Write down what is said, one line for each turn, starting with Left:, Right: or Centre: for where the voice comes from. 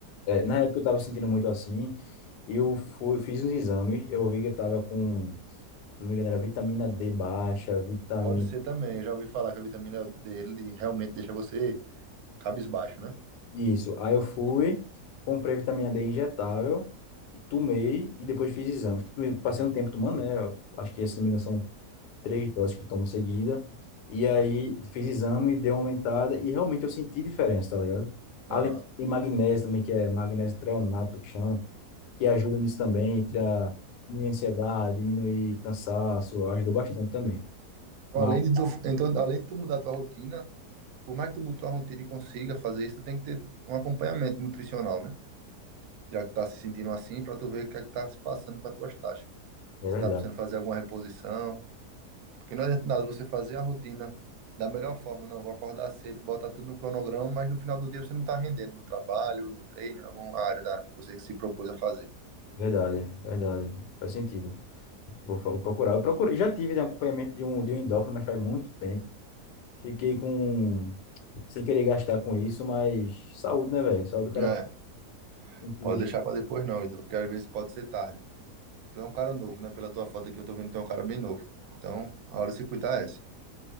Left: é, na época eu tava sentindo muito assim. Eu fui, fiz uns exames. Eu vi que eu tava com, se não me engano, era vitamina D baixa, vitamina
Right: Pode ser também, eu já ouvi falar que a vitamina dele realmente deixa você Cabisbaixo, né?
Left: Isso. Aí eu fui, comprei vitamina D injetável, e tomei e depois fiz exames. Passei um tempo tomando, né? eu Acho que, se não me engano, são três doses que tomo seguida. E aí fiz exame, deu uma aumentada e realmente eu senti diferença, tá ligado?
Right: Aham.
Left: Além de magnésio também, que é magnésio treonato que chama, que ajuda nisso também, para diminuir ansiedade, diminuir cansaço, ajudou bastante também.
Right: Então,
Left: Mas
Right: além de tu, então, além de tu mudar tua rotina, por mais que tu mude tua rotina e consiga fazer isso, tu tem que ter um acompanhamento nutricional, né? Já que tá se sentindo assim, pra tu ver o que é que tá se passando com as tuas taxas.
Left: é verdade,
Right: Se tá precisando fazer alguma reposição, porque não adianta nada você fazer a rotina da melhor forma, não, vou acordar cedo, botar tudo no cronograma, mas no final do dia você não tá rendendo no trabalho, no treino, em alguma área da que você se propôs a fazer.
Left: verdade, verdade. Faz sentido. Vou, fa- vou procurar. Eu procurei, já tive né, acompanhamento de um, de um endócrino, mas faz muito tempo. Fiquei com, sem querer gastar com isso, mas saúde, né, velho? Saúde do cara
Right: É,
Left: tem que
Right: pode deixar pra depois não, Ítalo, porque às vezes pode ser tarde. Tu é um cara novo, né? Pela tua foto aqui, eu tô vendo que tu é um cara bem novo. Então, a hora de se cuidar é essa.